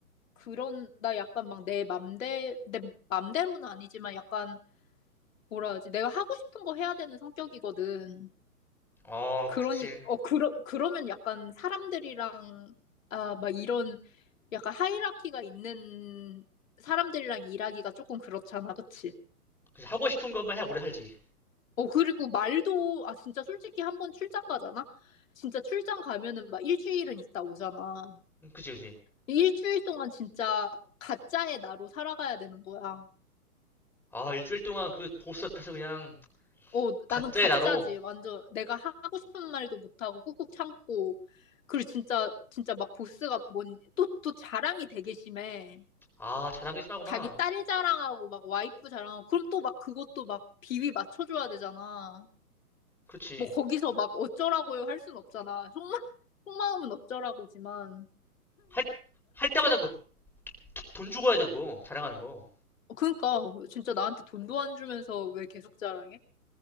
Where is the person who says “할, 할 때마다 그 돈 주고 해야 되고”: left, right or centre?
Centre